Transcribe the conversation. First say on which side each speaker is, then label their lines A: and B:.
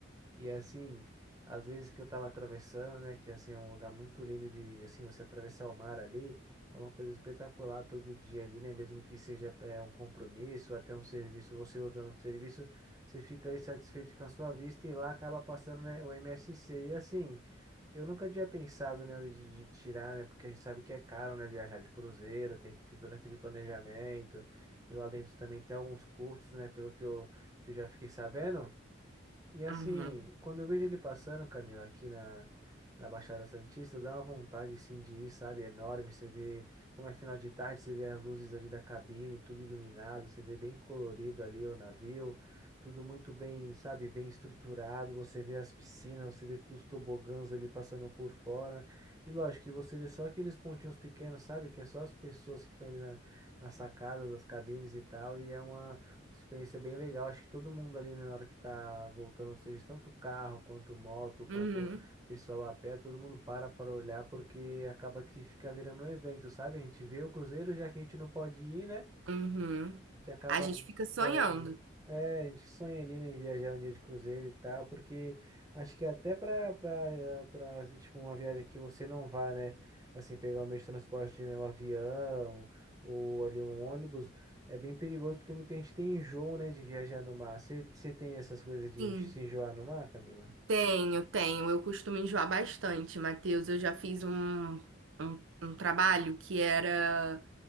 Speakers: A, on the right; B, on the right.
A: E assim, às vezes que eu tava atravessando, né, que assim é um lugar muito lindo de assim você atravessar o mar ali, é uma coisa espetacular todo dia ali, né, mesmo que seja é, um compromisso, até um serviço, você voltando do serviço, você fica ali satisfeito com a sua vista e lá acaba passando, né, o MSC. E assim, eu nunca tinha pensado, né, de, de tirar, né, porque a gente sabe que é caro, né, viajar de cruzeiro, tem que ter todo aquele planejamento. E lá dentro também tem alguns custos, né, pelo que eu, que eu já fiquei sabendo. E assim,
B: Uhum.
A: quando eu vejo ele passando, Camila, aqui na, na Baixada Santista, dá uma vontade assim de ir, sabe? É enorme. Você vê como é final de tarde, você vê as luzes ali da cabine, tudo iluminado, você vê bem colorido ali o navio, tudo muito bem, sabe? Bem estruturado. Você vê as piscinas, você vê todos os tobogãs ali passando por fora. E lógico que você vê só aqueles pontinhos pequenos, sabe? Que é só as pessoas que estão ali na, na sacada das cabines e tal. E é uma. Experiência bem legal. Acho que todo mundo ali, né, na hora que tá voltando ao serviço, tanto carro quanto moto, quanto
B: Uhum.
A: pessoal a pé, todo mundo para para olhar, porque acaba que fica virando um evento, sabe? A gente vê o cruzeiro, já que a gente não pode ir, né?
B: Uhum.
A: A gente acaba
B: A gente fica sonhando.
A: vendo. É, a gente sonha ali, né, em viajar um dia de cruzeiro e tal, porque acho que até pra, pra, pra, tipo, uma viagem que você não vá, né, assim, pegar o meio de transporte, né, um avião ou ali um ônibus, é bem perigoso porque muita gente tem enjoo, né, de viajar no mar. Você tem essas coisas de
B: Sim,
A: en- se enjoar no mar, Camila?
B: tenho, tenho. Eu costumo enjoar bastante, Matheus. Eu já fiz um, um, um trabalho que era.